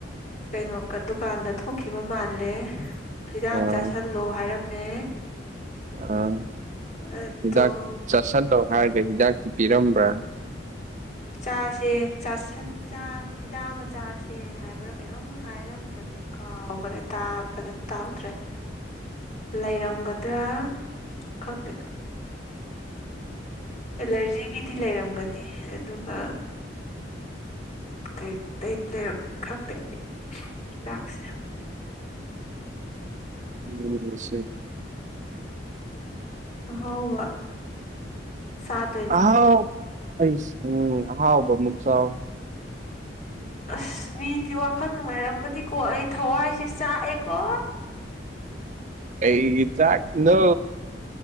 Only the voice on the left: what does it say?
ꯀꯩꯅꯣ ꯗꯨꯀꯥꯟꯗ ꯊꯣꯛꯈꯤꯕ ꯃꯥꯜꯂꯦ ꯐꯤꯗꯥꯛ
ꯆꯥꯥꯁꯜꯂꯣ ꯍꯥꯏꯔꯝꯃꯦ
ꯑꯗꯣ
ꯆꯥꯁꯦ ꯆꯥꯁꯟ ꯆꯥ ꯍꯤꯗꯥꯛ ꯑꯃ ꯆꯁꯦ ꯍꯥꯏꯕ꯭ꯔꯥ ꯀꯩꯅꯣꯝꯃ ꯍꯥꯏꯔꯝꯕ ꯅꯦ ꯀꯥꯎꯒ꯭ꯔꯦ ꯇꯥ ꯐꯖꯟꯅ ꯇꯥꯍꯧꯗ꯭ꯔꯦ ꯂꯩꯔꯝꯒꯗ꯭ꯔꯥ ꯈꯪꯗꯦ ꯑꯦꯂꯔꯖꯤꯒꯤꯗꯤ ꯂꯩꯔꯝꯒꯅꯤ ꯑꯗꯨꯒ ꯀꯩ ꯑꯇꯩꯗꯤ ꯂꯩꯔꯝ ꯈꯪꯗꯦ ꯍꯤꯗꯥꯛꯁꯦ
ꯑꯍꯥꯎꯕ ꯆꯥꯗꯣꯏꯅꯦ
ꯑꯁ ꯃꯤꯗꯤ ꯋꯥꯈꯟ ꯅꯨꯡꯉꯥꯏꯔꯝꯒꯅꯤꯀꯣ ꯑꯩ ꯊꯋꯥꯏꯁꯦ ꯆꯥꯛꯑꯦꯀꯣ